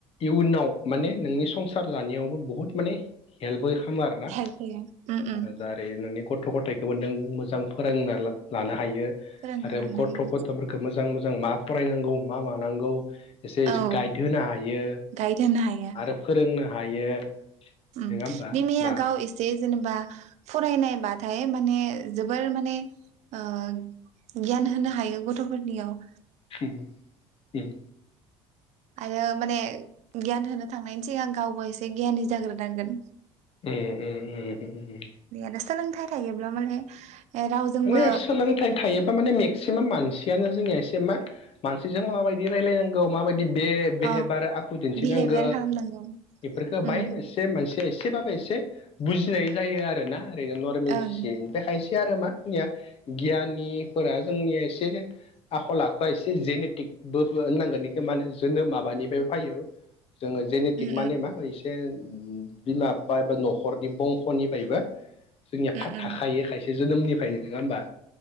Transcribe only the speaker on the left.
इयुनाव माने नोंनि संसार जानायावबो बुहुत माने हेल्पबो खामो आरो ना
जारै नोंनि गथ थ' गथाइखोबो नों मोजां फोरोंना‌ ला लानो हायो
आरो
गथ' गथ'फोरखो मोजां मो जां मा फरायनांगौ मा मानांगौ एसे
एसे
गाइड होनो हायो
आरो फोरोंनो हायो।
नङा होमबा
मा
होम उम।
ए ए ए ए ए।
माने सोलोंथाइ थायोबा माने मेक्सिमाम मानसियानो जोंनिया एसे मा मानसिजों माबायदि रायलायनांगौ माबाय बेदि बे बेहेबार
आखु दिन्थिनांगो
बेफोरखो बाय
एसे मोन से एसेबाबो एसे बुजिनाय जायो आरो ना ओरैजा नरमेल
सिन ओमफ्राय खायसेया आरो मा खिनिया गियाननिफोरा जोंनिया एसे आखल आखुआ एसे जेनेटिक बो होननांगोन इखो माहोनो जोनोम माबानिफ्रायबो फायो जोङो जेनेटिक
माने मा एसे बिलाबफा एबा न'खरनि बंख'निफ्रायबो जोंनिया‌ फा
थाखायो खायसे जोनोमनिफ्रायनो नोङा होमबा।